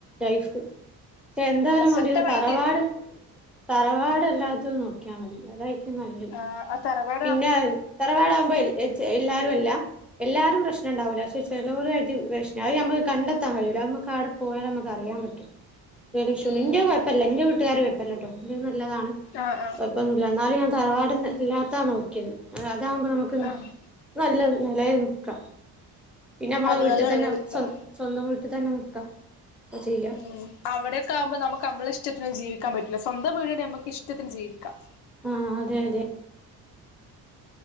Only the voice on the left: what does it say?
പക്ഷെ
ഒറ്റ മൈൻഡ്
ആഹ് അ തറവാ
ആഹ്
ആഹ്
ആഹ്
അതുകാലം
നിലനിൽക്കുക
ആഹ് അവിടെക്കെ ആവുമ്പൊ നമുക്ക് നമ്മളെ ഇഷ്ടത്തിനൊന്നും ജീവിക്കൻ പറ്റൂല്ല സ്വന്ത വീട്ണ്ടെ നമുക്ക് ഇഷ്ടത്തിന് ജീവിക്കാം